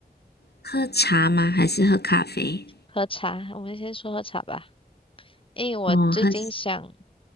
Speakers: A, on the left; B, on the left.
A: 喝茶吗？还是喝咖啡？
B: 喝茶？我们先说喝茶吧，因为我最近想
A: 哦，喝